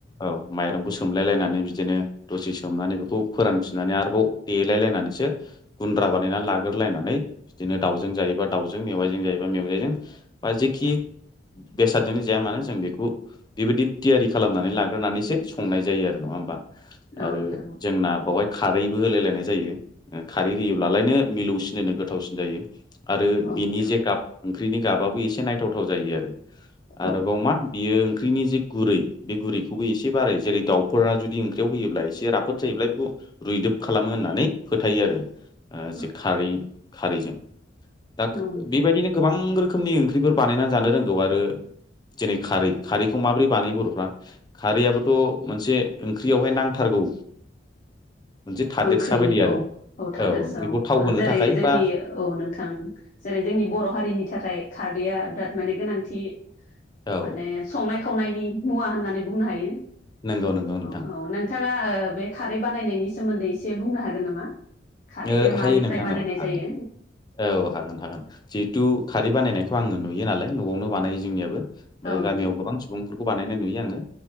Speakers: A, on the left; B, on the left.
A: ओ औ माइरंखौ सोमलायलायनानै बिदिनो दसे सोमनानै बेखौ फोरानफिननानै आरोबाव देलाय लायनानैसो गुन्द्रा बानायनानै ला गोरलायनानै बिदिनो दाउजों जायोबा दाउजों मेवाइजों जायोबा मेवायजों बा जेखि बेसादजोंनो जाया मानो जों बेखौ बेबायदि थियारि खालामनानै लाग्रोनानैसो संनाय जायो आरो नङा होमबा?
B: औ नोंथां औ
A: आरो
B: नोंथां औ
A: जोंना बेवहाय खारैबो होलाय लायनाय जायो। खारै होयोब्लालायनो मिलौसिन होनो गोथावसिन जायो आरो
B: औ
A: बिनि
B: नोंथां
A: जे गाब ओंख्रिनि गाबाबो एसे नायथावथाव जायो आरो
B: औ
A: आरोबाव मा बियो ओंख्रिनि जि गुरै बे गुरैखौबो एसे बाराय जेरै दाउफोरा जुदि ओंख्रियाव होयोब्ला एसे राफोद जायोब्ला बेखौ रुइदों खालामो होननानै फोथायो आरो। ओ
B: औ
A: खारै खारैजों दा
B: नोंथां
A: बेबायदिनो गोबां रो खोमनि ओंख्रिफोर बानानै जानो रोंगौ आरो जेरै खारै खारैखौ माब्रै बानायो बर'फ्रा, खारै आथ' मोन ओंख्रियावहाय नांथारगौ? मोनसे थादेरसा
B: ओंख्रिनि
A: बायदि आरो
B: औ औ थादेरसा
A: ओंख्रिखौ
B: औ
A: थाव होनो
B: जेरै
A: थाखाय
B: जोंनि
A: बा
B: औ नोंथां जेरै जों जोंनि बर' हारिनि थाखाय खारदैआ बिराद माने गोनांथि
A: औ
B: माने संनाय खावनायनि मुवा होननानै बुंनो हायो।
A: नंगौ नंगौ नोंथां
B: औ औ नोंथाङा ओ बे खारै बानायनायनि सोमोन्दै एसे बुंनो हागोन नामा? खारैखौ
A: ओ
B: मानिफ्राय
A: हायो नोंथां
B: बानायनाय
A: औ हागोन
B: जायो
A: औ हागोन हागोन जिहेतु खारै बानायनायखौ आङो नुयो नालाय न'आवनो बानायो जोंनियाबो। ओमफाय
B: औ नोंथां
A: गामियाव गोबां सुबुंफोरखौ बानायनाय नुयो आङो।